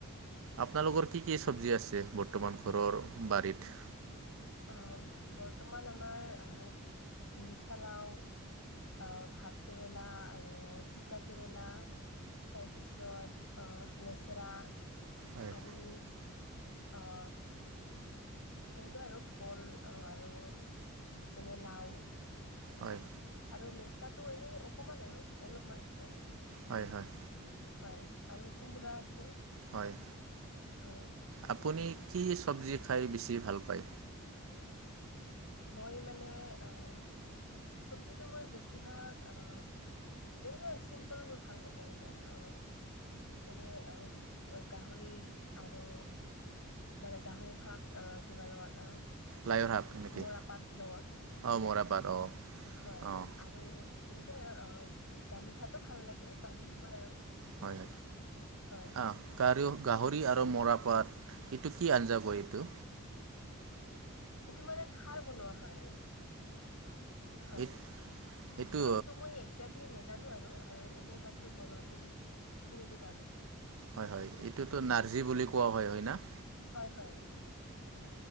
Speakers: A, on the right; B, on the left.
A: আপোনালোকৰ কি কি চব্জি আছে বৰ্তমান ঘৰৰ বাৰীত
B: আহ বৰ্তমান আমাৰ আহ মিঠালাও আহ ভাত কেৰেলা আৰু তিতা কেৰেলা তাৰপিছত অহ লেচেৰা
A: হয়
B: আৰু অ তেনেকুৱা আৰু ফল অ আৰু যেনে লাও
A: হয়
B: আৰু মেষ্টাটো এনেই অকমান আৰু অলপমান আছে
A: হয় হয়
B: হয় আৰু কোমোৰা আছে
A: হয়
B: হয়
A: আপুনি কি চবজি খাই বেছি ভাল পায়
B: মই মানে আহ চব্জিটো মই বেছিভাগ আহ তেনেকুৱা চিম্পল বোৰ ভাল লাগে আৰু মোক অ যেনে আহ গাহৰি আৰু মানে গাহৰিৰ শাক আহ কিবা লগত আহ
A: লাইৰহাট নেকি
B: মৰা পাত লগত
A: অঁ মৰাপাট অঁ
B: হয়
A: অঁ
B: আৰু তেনেকুৱা দালি ভাতো ভাল লাগে মাজি সময়ে আৰু <unintelligible>
A: হয়
B: হয়
A: অ কাৰ গাহৰি আৰু মৰাপাত এইটো কি আঞ্জা হয়এইটো
B: এইটো মানে খাৰ বনোৱা হয় হয়
A: এই এইটো
B: নামটো মই একজেক্লি ন জানো আৰু অ এনেই মাত্ৰ বনাতো খিনিতো জানো
A: হয় হয় এইটোতো
B: হয়
A: নাৰ্জী বুলি কোৱা হয় হয় ন
B: হয় হয়